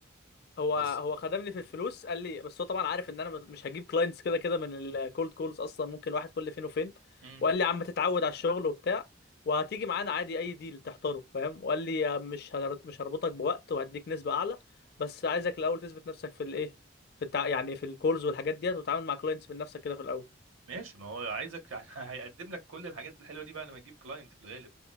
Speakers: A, on the left (about 55°); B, on the right (about 85°).
A: هو
B: بس
A: هو خدمني في الفلوس قال لي بس هو طبعا عارف ان انا مش هجيب كلاينتس كده كده من الكولد كولز اصلا ممكن واحد كل فين وفين
B: امم
A: وقال لي يا عم تتعود على الشغل وبتاع وهتيجي معانا عادي اي ديل تحتاره فاهم وقال لي يا مش هر- مش هربطك بوقت وهديك نسبة اعلى بس عايزك الاول تثبت نفسك في الايه في التع... يعني في الكولز والحاجات ديت وتتعامل مع كلاينتس من نفسك كده في الاول
B: ماشي ما هو عايزك <laughs> هيقدم لك كل الحاجات الحلوه دي بعد ما تجيب كلاينت في الغالب